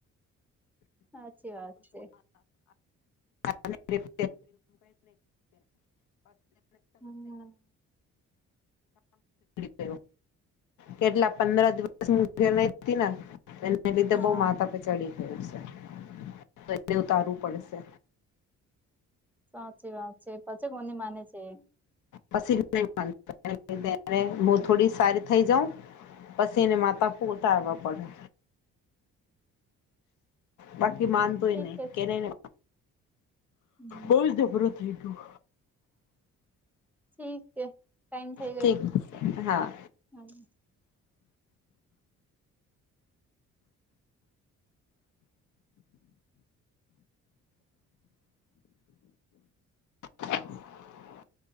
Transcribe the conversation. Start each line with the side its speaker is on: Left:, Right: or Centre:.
Centre: સાચી વાત છે
Left: ાલ થ
Centre: હમ
Left: જ કેટલા પંદર દિવસ ઘેર હતી ને એને લીધે
Centre: હા
Left: બહ માથ પે ચડી ગયું છે તો એને ઉતારવું પડશે
Centre: સાચી વાત છે પછી કોની માને છે?
Left: પછી હું
Centre: હમ.
Left: થોડી સારી થઈ જાઉં પછી એને માતા પૂટા આવવા પડે. બાકી
Centre: હમ
Left: માન
Centre: ઠીક
Left: તો એને
Centre: છે
Left: કેનેને
Centre: હમ.
Left: બ જ દપરા થઈ ગયું.
Centre: ઠીક છે ટાઈમ થઈ ગયો
Left: ઠીક છે હા.
Centre: હ
Left: <inaudible>